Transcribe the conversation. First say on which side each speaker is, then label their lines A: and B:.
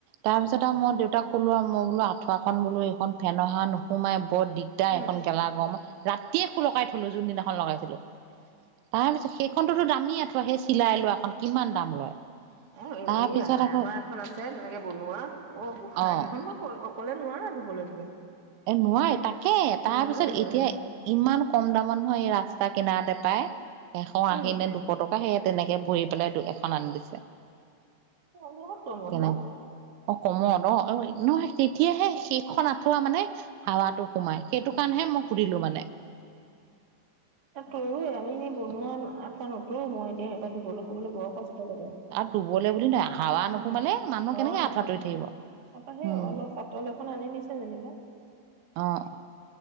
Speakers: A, on the right; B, on the right.
A: তাৰ পিছত আৰু মই দেউতাক কলো আৰু মই বোলো আ আঠুৱাখন বোলো এইখন ফেন হাৱা নোসোমাই বৰ দিগদাৰ
B: উম,
A: এখন গেলা গৰম ৰাতিয়ে খোুলকাই থলো যোনদিনাখন লগাইছিলো তাৰ পিছত সেই খনতোতো দামীআঠুৱা সেই চিলাই লোৱাখনন কিমান দাম লয়
B: অ',
A: তাৰপিছত
B: এই আ
A: আকৌ
B: আমাৰ এখন আছে তেনেকে বনোৱা অ', গোঁসাই
A: অ
B: সেইখন ম ই অকলে নোৱাৰা ধুবলৈ তুমি
A: এ নোৱাৰ তাকে তাৰপিছত
B: নোৱাৰা
A: এতিয়া ইমান কম দামত নহয় এই ৰাস্তা কিনাৰতে পায় এশ
B: উম,
A: আশী নে দু পটকা সেয়ে তেনেকে ভৰি পেলাই এখন আনি দিছে।
B: অ', বহুত কমত
A: তেনেক
B: ন।
A: অ', কমত অ', অ', নহয় তেতিয়াহে সেইখন আঠুৱা মানে হাৱাটো সোমাই। সেইটো কাৰণেহে মই সুধিলোঁ মানে।
B: এ তৰোৱে আমি সেই বনোৱা আঠুৱা নতৰো মই এতিয়া সেই ধুবলৈ শুবলৈ বৰ কষ্ট লাগে।
A: শুবলে বুলি নহয় হাৱা
B: উম,
A: নোসোমালে মানুহ
B: ঘৰৰ
A: কেনেকে
B: নিচিনা
A: আঁঠুৱা তৰি থাকিব
B: তাৰপা সেই
A: উম।
B: অলপ পাতল এখন আনি দিছে যেনিবা।
A: অ'।